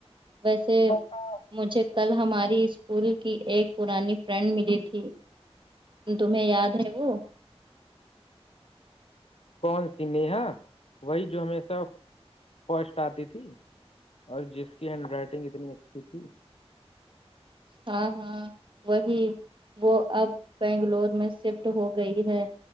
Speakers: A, on the right; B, on the left.
A: ویسے
B: کون
A: مجھے کل ہماری اسکول کی ایک پرانی فرینڈ ملی تھی تمہیں یاد ہے وہ
B: کون سی نیہا وہی جو ہمیشہ فرسٹ آتی تھی اور جس کی ہینڈ رائٹنگ اتنی اچھی تھی
A: ہاں ہاں وہی وہ اب بنگلور میں شفٹ ہو گئی ہے